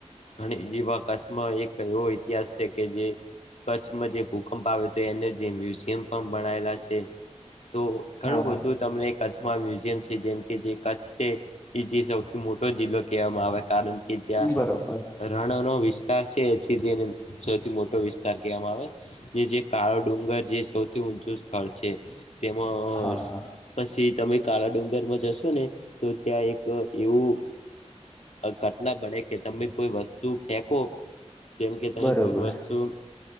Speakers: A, on the left (about 70°); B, on the left (about 15°).
A: ઘણી જેવા કશમાં એક એવો ઇતિહાસ છે કે જે. કચ્છમાં જે ભૂકંપ આવે હતો એને જે મ્યુઝિયમ પણ બનાયેલા છે. તો ઘણું
B: હા
A: બધું
B: હા
A: તમને કચ્છમાં મ્યુઝિયમ છે જેમ કે જે કચ્છ છે. એ જે સૌથી મોટો જિલ્લો કહેવામાં આવે કારણ કે જ્યાં.
B: બરોબર
A: રણ નો વિસ્તાર છે એથી તેને સૌથી મોટો વિસ્તાર કવામાં આવે. જે કાળો ડુંગર જે સૌથી ઊંચું સ્થળ છે તેમાં.
B: હા હા
A: પછી તમે કાળા ડુંગરમાં જશો ને તો ત્યાં એક એવું. કટના બને કે તમે કોઈ વસ્તુ ફેંકો. જેમ કે તની
B: બરોબર
A: કોઈ વસ્તુ